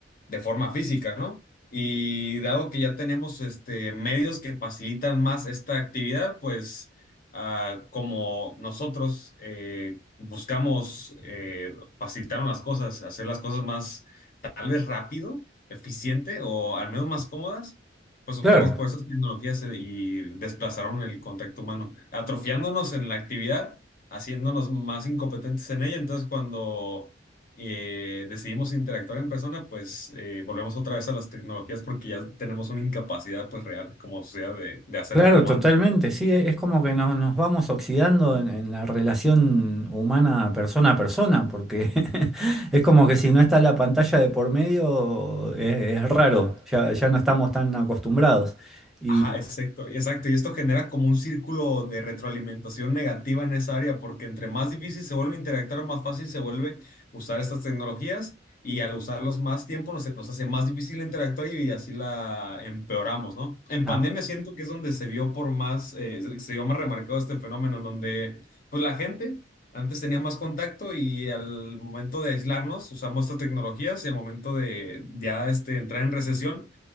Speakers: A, on the left; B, in the centre.
A: de forma física, ¿no? Y dado que ya tenemos este, medios que facilitan más esta actividad, pues ah, como nosotros eh, buscamos eh, facilitar las cosas, hacer las cosas más tal vez rápido, eficiente o al menos más cómodas, pues optamos
B: Claro,
A: por esas tecnologías eh, y desplazaron el contacto humano, atrofiándonos en la actividad, haciéndonos más incompetentes en ella. Entonces, cuando eh, decidimos interactuar en persona, pues eh, volvemos otra vez a las tecnologías porque ya tenemos una incapacidad pues real como sociedad de, de hacerlo
B: claro,
A: como
B: totalmente.
A: antes.
B: Sí, e- es como que nos, nos vamos oxidando en, en la relación humana persona a persona, porque <laughs> es como que si no está la pantalla de por medio, es, es raro, ya, ya no estamos tan acostumbrados. Y
A: Ajá, exacto, exacto. Y esto genera como un círculo de retroalimentación negativa en esa área, porque entre más difícil se vuelve interactuar, más fácil se vuelve usar estas tecnologías y al usarlos más tiempo nos, se nos hace más difícil interactuar y, así la empeoramos, ¿no? En pandemia
B: a-
A: siento que es donde se vio por más, eh, se se vio más remarcado este fenómeno, en donde pues la gente antes tenía más contacto y al momento de aislarnos usamos estas tecnologías y al momento de ya este, entrar en recesión